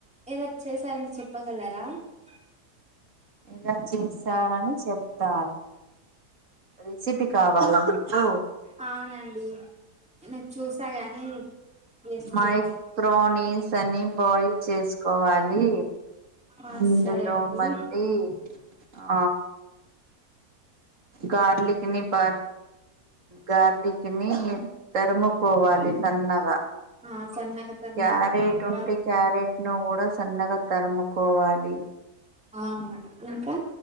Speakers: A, in the centre; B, on the right.
A: ఎలా చేశారని చెప్పగలరా గా
B: ఎలా చేశారని చెప్తా రెసిపీ కావాలా మిక్ హలో
A: అవునండి నేను చూసా గాని టేస్ట్
B: మైక్రోనిస్
A: చేయలేదు
B: అని బాయిల్ చేసుకోవాలి
A: ఆ
B: అందులో
A: సరే అండి
B: మళ్ళీ ఆ గార్లిక్ ని బ గార్లిక్ కిని తరుముకోవాలి సన్నగా
A: ఆ సన్నగా తరిగిన
B: క్యారెట్
A: తర్వాత
B: ఉంటే క్యారెట్ ను కూడా సన్నగా తరుముకోవాలి
A: ఆ ఇంకా